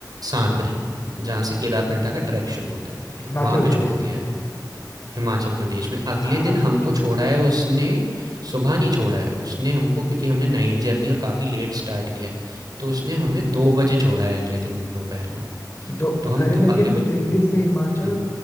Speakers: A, on the right; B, on the left.
A: सांकरी जहाँ से केदारकंठा का ट्रैक शुरू होता है
B: हिमाचल
A: वहाँ पे
B: प्रदेश
A: छोड़ दिया
B: में
A: है हिमाचल प्रदेश में अगले
B: हाँ
A: दिन हमको
B: फिर ठीक
A: छोड़ा है उसने सुबह नहीं छोड़ा है उसने हमको क्योंकि हमने नाइट जर्नी और काफ़ी लेट स्टार्ट किया है तो उसने हमें दो बजे छोड़ा है अगले दिन दोपहर में
B: है। दो
A: तो हम
B: अरे
A: दो,
B: लेकिन
A: अगले बज
B: दिल्ली से हिमाचल
A: हम्म,